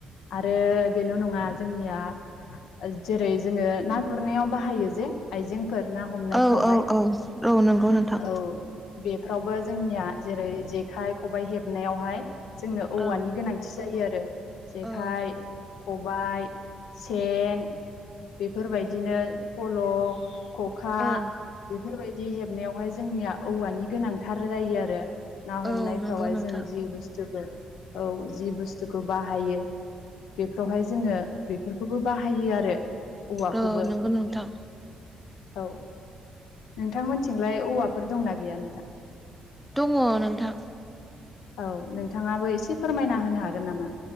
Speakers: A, on the left; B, in the centre.
A: आरो बेल' नङा जोंनिया जेरै जोङो ना गुरनायाव बाहायो जे आइजेंफोर ना हमनायफोरावहाय
B: औ औ औ औ नंगौ नोंथां
A: औ बेफ्रावबो जोंनिया जेरै जेखाइ खबाइ हेबनायावहाय जोंनो औवानि
B: औ
A: गोनांथि जायो आरो जेखाइ
B: औ
A: खबाय सेन बेफोरबायदिनो फल' खखा
B: औ
A: बेफोरबायदि हेबनायावहाय जोंनिया औवानि गोनांथार जायो आरो ना हमनायफ्रावहाय
B: औ नंगौ नोंथां
A: बि बुसथुखौ औ जि बुस्थुखौ बाहायो बेफोरावहाय जोङो बेफोरखौबो बाहायो आरो औवाखौबो
B: औ नंगौ नोंथां
A: औ नोंथांमोनथिंलाय औवाफोर दंना गैया नोंथां?
B: दङ नोंथां
A: औ नोंथाङाबो इसे फोरमायना होनो हागोन नामा?